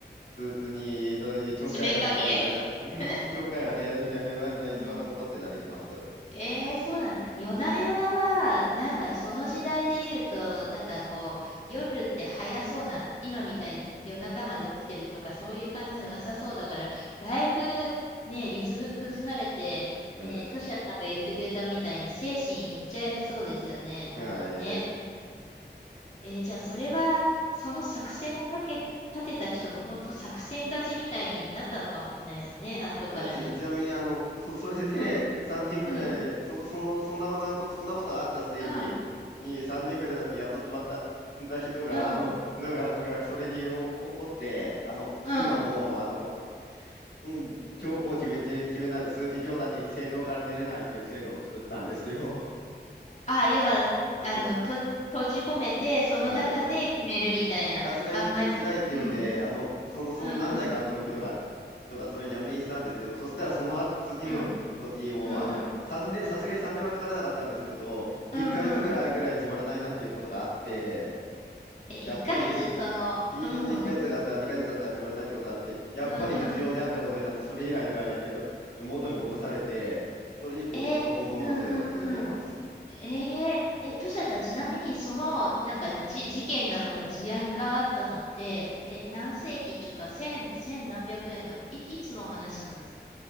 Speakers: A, on the left; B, on the left.
A: つつに、えっと、ちょっかいかけたみたいな、
B: 詰めかけ
A: うんちょっかいかけたみたいな、
B: <laughs>
A: うわな逸話が残ってたりします。
B: うんええそうなんだ。夜な夜なは、なんかその時代で言うと、なんかこう、夜って早そうな、今みたいに夜中まで起きてるとか、そういう感じじゃなさそうだから、だいぶね、リズム崩されて、
A: うん。
B: ね、トシヤさんが言ってくれたみたいに精神いっちゃいそうですよね。なんかね。
A: はい。
B: えーじゃあそれは、その作戦をかけ、立てた人の本当作戦勝ちみたいになったのかもしれないですね。後から見ると。
A: あ、ちな、<laughs> ちなみに、あの、そ、それで3年くらい、
B: うん、うん、
A: その、その、そんなこと、そんなことがあった末に、
B: うん、
A: に3年くらいだってやっとしまった、た人が、
B: うん、
A: あの、のが、がそれにお怒って、あの、
B: うん。
A: 今の、あの、うん、強行を決めて、決めないと数値上達制度から出れないっていう制度を作ったんですよ。
B: あ、要は、
A: <laughs> あの、
B: あの、と、閉じ込めて、その中で決めるみたいな。
A: はい。さすがに辛いって言うんで、
B: あんまりそ、うん。
A: あの、その、その何代か後の人が、
B: うんうん。
A: 人がそれやめにしたんですけど、そしたらその後次の時も、
B: うん。うんうん。
A: あの、三年、さすがに3年はかからなかったんですけど、1ヶ月ぐらいぐらい決まらないなんていうことがあって、
B: うんうん。え、1ヶ月その、
A: やっぱり必、いえっと、
B: うん。
A: 1ヶ月だったら2ヶ月だったら決まらないってことがあって、
B: うん
A: やっぱり必要じゃんってことになって、
B: うん。
A: それ以来以来、えっと、元に戻されて、それ以降ずっとこのままの制度が続いています。
B: え、うんうんうん。えー、え、トシヤさん、ちなみに、その、なんか、じ、事件なのか、事案があったのって、え、何世紀っていうか、千、千何百円の、い、いつの話なんですか